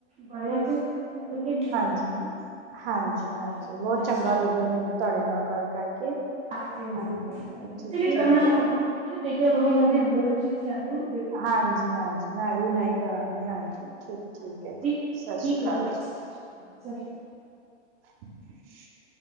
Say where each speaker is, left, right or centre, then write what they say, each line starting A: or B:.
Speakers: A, on the right; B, on the right.
A: ਭਾਈ ਓਥੇ, ਓਕੇ, ਮੇਜਰ।
B: ਜਿਮਨ ਆਏ, ਹਾਂਜੀ-ਹਾਂਜੀ,
A: ਸਤਿ
B: ਬੋਤ ਚੰਗਾ
A: ਸ਼੍ਰੀ ਅਕਾਲ
B: ਲੱਗਿਆ ਮੈਨੂੰ ਤੁਹਾਡੇ ਨਾਲ ਗੱਲ ਕਰਕੇ।
A: ਹਾਂਜੀ-ਹਾਂਜੀ,
B: ਹਾਂਜੀ
A: ਤੁਸੀ
B: ਠੀਕ
A: ਵੀ ਕਰਨਾ‌।
B: ਠੀਕ ਹੈ ਜੀ
A: ਤੁਸੀਂ ਵੀ ਦੇਖਿਆ ਕਰੋ, ਮੂਵੀ ਬੋਤ ਅੱਛੀ- ਅੱਛੀ ਆਂਦੀ ਏ ਹੁਨ।
B: ਹਾਂਜੀ-ਹਾਂਜੀ, ਮੈਂ ਵੀ ਉਨਾਈ ਕਰਾਂਗੀ, ਹਾਂਜੀ। ਠੀਕ ਠੀਕ
A: ਹਾਂਜੀ,
B: ਹੈ ਜੀ।
A: ਠੀਕ-ਠੀਕ
B: ਸਤਿ ਸ਼੍ਰੀ ਅਕਾਲ
A: ਜੀ। ਸਸ਼੍ਰੀ ਕਾਲ, ਸਸ਼੍ਰੀ।
B: <inaudible>